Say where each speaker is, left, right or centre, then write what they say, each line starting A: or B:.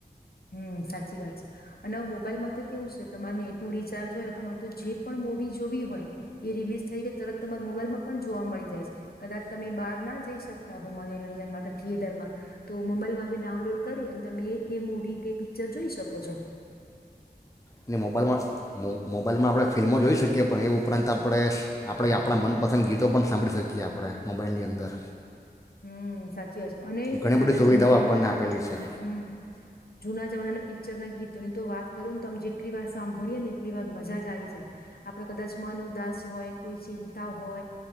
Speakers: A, on the left; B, on the left.
A: હમ્મ સાચી વાત છે, અને મોબાઈલમાં તો કેવું છે તમારે નેટ નું રિચાર્જ હોય, તમારે તો જે પણ મુવી જોવી હોય એ રિલીઝ થઈ કે તરત તમારા મોબાઈલમાં પણ જોવા મળી જાય છે, કદાચ તમે બહાર ના જ જઈ શકતા હોય મનોરંજન માટે થિયેટરમાં તો મોબાઈલમાં બી ડાઉનલોડ કરી અને તમે એ મુવી કે પિક્ચર જોઈ શકો છો,
B: ને મોબાઈલમાં મો મોબાઈલમાં આપણે ફિલ્મો જોઈ શકીએ પણ એ ઉપરાંત આપણે આપણે આપણાં મનપસંદ ગીતો પણ સાંભળી શકીએ આપણે મોબાઈલની અંદર
A: હમ્મ સાચ અને
B: ઘણી
A: પેલાના
B: બધી સુવિધાઓ
A: જૂના
B: આપણને
A: જમાનાના
B: આપેલી
A: પિક્ચર
B: છે
A: હમ્મ જૂના જમાનાના પિક્ચર ના ગીત તોની તો વાત કરું ને તોમે જેટલી વાર સાંભળીએે ને એટલી વાર મજા આવી જાય આપડે કદાચ મન ઉદાસ હોય, કોઈ ચિંતા હોય,